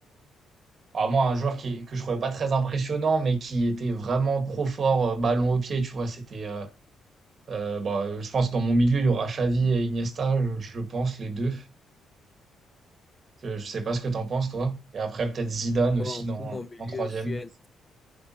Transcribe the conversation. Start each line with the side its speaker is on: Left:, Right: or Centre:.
Right: alors moi, un joueur qui que je trouvais pas très impressionnant, mais qui était vraiment trop fort euh, ballon au pied. Tu vois, c'était. euh, Euh, bon, euh, je pense que dans mon milieu, il y aura Xavi et Iniesta, je, je pense, les deux. Je, je sais pas ce que t'en penses, toi. Et après, peut-être Zidane aussi
Left: bon,
Right: dans,
Left: pour mon milieu,
Right: en troisième.
Left: je suis un-